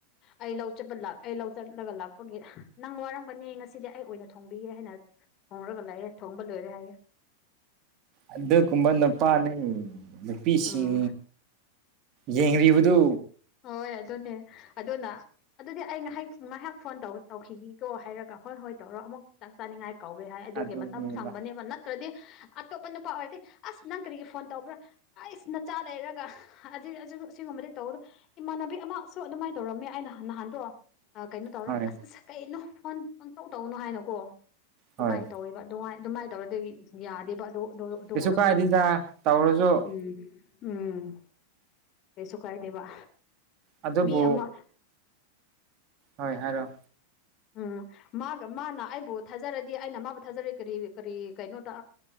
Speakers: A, on the left; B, on the right.
A: ꯑꯩ ꯂꯧ ꯆꯠꯄ ꯑꯩ ꯂꯧ ꯆꯠꯂꯒ ꯂꯥꯛꯄꯒꯤ ꯅꯪ ꯋꯥꯔꯝꯒꯅꯤ ꯉꯁꯤꯗꯤ ꯑꯩ ꯑꯣꯏꯅ ꯊꯣꯡꯕꯤꯌꯦꯦ ꯍꯥꯏꯅ ꯊꯣꯡꯔꯒ ꯂꯥꯛꯑꯦ ꯊꯣꯡꯕ ꯂꯣꯏꯔꯦ ꯍꯥꯏꯌꯦꯦ
B: ꯑꯗꯨꯒꯨꯝꯕ ꯅꯨꯄꯥꯅꯤ ꯅꯨꯄꯤꯁꯤꯡ
A: ꯎꯝ
B: ꯌꯦꯡꯔꯤꯕꯗꯨ
A: ꯍꯣꯏ ꯑꯗꯨꯅꯦ ꯑꯗꯨꯅ ꯑꯗꯨꯗꯤ ꯑꯩ ꯉꯥꯏꯍꯥꯛ ꯉꯥꯏꯍꯥꯛ ꯐꯣꯟ ꯇꯧꯈꯤꯒꯀꯣ ꯍꯥꯏꯔꯒ ꯍꯣꯏ ꯍꯣꯏ ꯇꯧꯔꯣ ꯑꯃꯨꯛ ꯆꯥꯛ ꯆꯥꯅꯤꯡꯉꯥꯏ ꯀꯧꯒꯦ ꯍꯥꯏ ꯑꯗꯨꯒꯤ
B: ꯑꯗꯨꯅꯦꯕ
A: ꯃꯇꯝ ꯁꯪꯕꯅꯦꯕ ꯅꯠꯇ꯭ꯔꯗꯤ ꯑꯇꯣꯞꯄ ꯅꯨꯄꯥ ꯑꯣꯏꯔꯗꯤ ꯑꯁ ꯅꯪ ꯀꯔꯤꯒꯤ ꯐꯣꯟ ꯇꯧꯕ꯭ꯔꯥ ꯑꯩꯁ ꯅꯆꯥ ꯂꯩꯔꯒ ꯑꯁꯤꯒꯨꯝꯕꯗꯤ ꯇꯧꯔꯣ ꯏꯃꯥꯟꯅꯕꯤ ꯑꯃꯁꯨ ꯑꯗꯨꯃꯥꯏꯅ ꯇꯧꯔꯝꯃꯦ ꯑꯩꯅ ꯅꯍꯥꯟꯗꯣ ꯀꯩꯅꯣ ꯇꯧꯔꯒ
B: ꯍꯣꯏ
A: ꯑꯁ ꯑꯁ ꯀꯩꯅꯣ ꯐꯣꯟ ꯄꯪꯇꯧ ꯇꯧꯅꯣ ꯍꯥꯏꯅꯣꯀꯣ ꯑꯗꯨꯃꯥꯏꯅ
B: ꯍꯣꯏ
A: ꯇꯧꯋꯦꯕ ꯑꯗꯨꯥꯏ ꯑꯗꯨꯃꯥꯏꯅ ꯇꯧꯔꯗꯤ ꯌꯥꯗꯦꯕ ꯑꯗꯨ ꯑꯗꯨꯒꯨꯝꯕ
B: ꯀꯩꯁꯨ ꯀꯥꯏꯗꯦꯗ
A: ꯃꯤꯗꯤꯀꯣ
B: ꯇꯧꯔꯁꯨ
A: ꯎꯝ ꯎꯝ ꯀꯩꯁꯨ ꯀꯥꯏꯗꯦꯕ
B: ꯑꯗꯨꯕꯨ
A: ꯃꯤ ꯑꯃ
B: ꯍꯣꯏ ꯍꯥꯏꯔꯣ
A: ꯎꯝ ꯃꯥꯒ ꯃꯥꯅ ꯑꯩꯕꯨ ꯊꯥꯖꯔꯗꯤ ꯑꯩꯅ ꯃꯥꯕꯨ ꯊꯥꯖꯔꯤ ꯀꯔꯤ ꯀꯔꯤ ꯀꯩꯅꯣ ꯇ